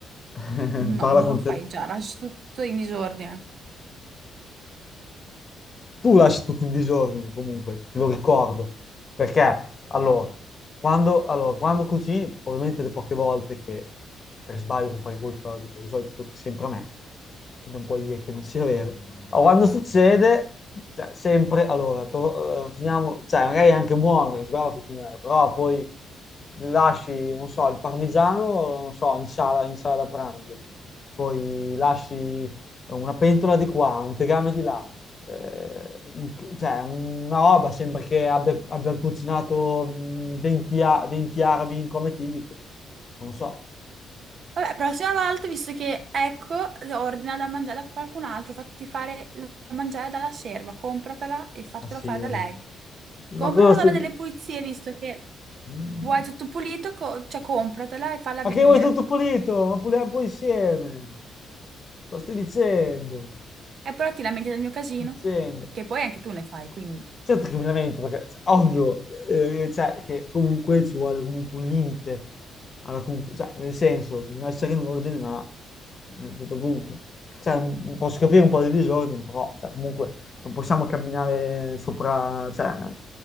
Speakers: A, on the left; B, on the right.
A: <laughs>
B: No,
A: Parla
B: non
A: con
B: lo fai
A: te,
B: già, lasci tutto in disordine.
A: tu lasci tutto in disordine comunque, te lo ricordo. Perché, allora, quando, allora, quando cucini, ovviamente le poche volte che per sbaglio compari qualcosa, che di solito tocca sempre a me, e non puoi dire che non sia vero. Ma quando succede, cioè, sempre, allora, to- eh, finiamo, cioè, magari è anche buono, perché si brava a cucinare, però poi lasci, non so, il parmigiano, non so, in sala, in sala da pranzo, poi lasci una pentola di qua, un tegame di là, eh, un- cioè una roba, sembra che abbia, abbia cucinato mh, 20, a- 20 arabi in cometidico. Non so,
B: Vabbè, prossima volta, visto che ecco, ordina da mangiare da qualcun altro, fatti fare da mangiare dalla serva, compratela e fatela
A: ma serio.
B: fare da lei.
A: Ma
B: Compra
A: cosa
B: una donna
A: stai-
B: delle pulizie, visto che
A: Mm.
B: vuoi tutto pulito, co- cioè compratela e falla
A: Ma
B: venire.
A: che vuoi tutto pulito? Ma puliamo poi insieme. Lo stai dicendo?
B: E però ti lamenti del mio casino,
A: Dicendo.
B: che poi anche tu ne fai, quindi.
A: Certo che mi lamento, perché cioè, ovvio, eh, cioè, che comunque ci vuole comunque un limite alla conf- cioè, nel senso, bisogna essere in ordine, ma cioè, a un certo punto. Cioè, m- posso capire un po' di disordine, però cioè, comunque non possiamo camminare sopra, cioè,